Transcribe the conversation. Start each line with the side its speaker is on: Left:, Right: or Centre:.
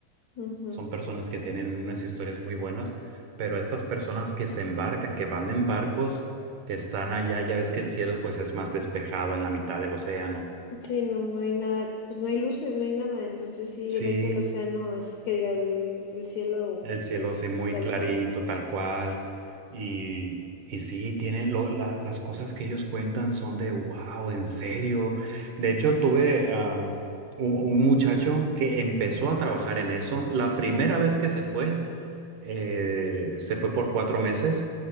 Left: Ujú.
Right: Son personas que tienen unas historias muy buenas, pero estas personas que se embarcan, que van en barcos, que están allá, ya ves que el cielo pues es más despejado en la mitad del océano.
Left: Sí, no, no hay nada, pues no hay luces, no hay nada, entonces sí
Right: Sí,
Left: ves el océano, as- que diga el, el cielo,
Right: El cielo
Left: pues
Right: sí, muy
Left: tal
Right: clarito,
Left: cual.
Right: tal cual. Y, y sí, tienen lo- la- las cosas que ellos cuentan son de wow, en serio. De hecho, tuve am, un, un muchacho que empezó a trabajar en eso. La primera vez que se fue, eh, se fue por cuatro meses